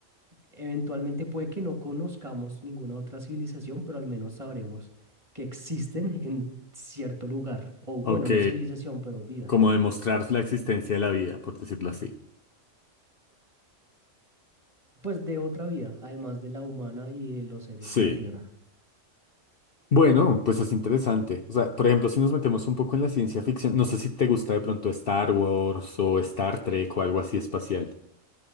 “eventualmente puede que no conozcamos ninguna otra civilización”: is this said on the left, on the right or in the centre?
Right